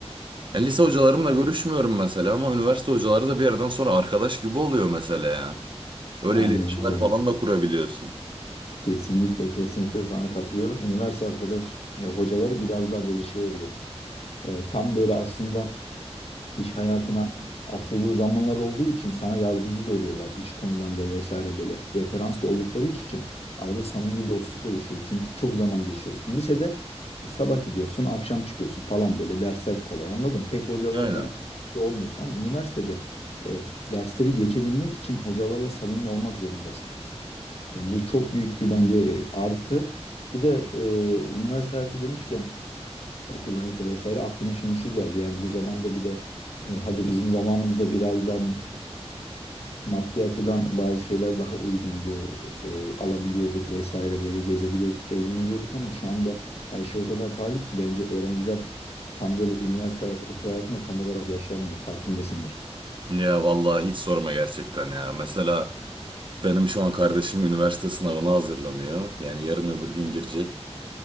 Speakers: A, on the right; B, on the left.
A: Ya lise hocalarımla görüşmüyorum mesela ama üniversite hocaları da bir yerden sonra arkadaş gibi oluyor mesela ya. Öyle
B: Aynen
A: iletişimler
B: aynen.
A: falan da kurabiliyorsun.
B: Kesinlikle kesinlikle sana katılıyorum. Üniversite arkadaş ya hocaları biraz daha böyle şey oluyor. Ee, tam böyle aslında iş hayatına atıldığın zamanlar olduğu için sana yardımcı da oluyorlar iş konularında vesaire böyle referans da oldukları için arada samimi bir dostluk oluşuyor. Çünkü çok zaman geçiriyorsun. Lisede sabah gidiyorsun, akşam çıkıyorsun falan böyle dersler kolay. Anladım. Pek hocalarla
A: Aynen.
B: şey olmuyorsun ama üniversitede e, dersleri geçebilmek için hocalarla samimi olmak zorundasın. Yani bu çok büyük bir bence e, artı. Bir de e, üniversite hayatı demişken okul hayatı vesaire aklıma şimdi şu geldi. Yani bu zamanda bir de e, hadi bizim zamanımızda biraz daha mm, maddi açıdan bazı şeyler daha uygundu. e, alabiliyorduk vesaire böyle gezebiliyorduk, eğlenebiliyorduk ama şu anda her şey o kadar pahalı ki bence öğrenciler tam böyle üniversite hayatı, okul hayatında tam olarak yaşamıyor. Farkındasındır.
A: Ya vallahi hiç sorma gerçekten ya. Mesela benim şu an kardeşim üniversite sınavına hazırlanıyor. Yani yarın öbür gün girecek.